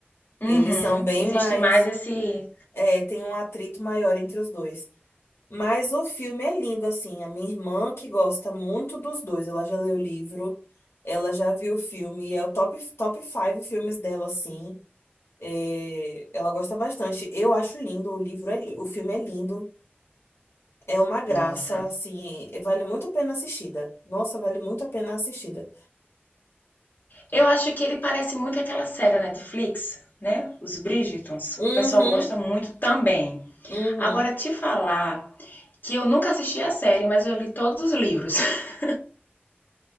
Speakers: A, on the left; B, on the left.
A: Uhum.
B: Eles são bem
A: Existe
B: mais.
A: mais esse.
B: É, tem um atrito maior entre os dois. Mas o filme é lindo, assim. A minha irmã, que gosta muito dos dois, ela já leu o livro, ela já viu o filme, e é o top, top five filmes dela, assim. É, ela gosta bastante. Eu acho lindo, o livro é, li- o filme é lindo. É uma graça,
A: Nossa.
B: assim, vale muito a pena assistida. Nossa, vale muito a pena assistida.
A: Eu acho que ele parece muito aquela série da Netflix, né? Os Bridgertons.
B: Uhum,
A: O pessoal gosta muito também.
B: uhum.
A: Agora, te falar que eu nunca assisti a série, mas eu li todos os livros. <laughs>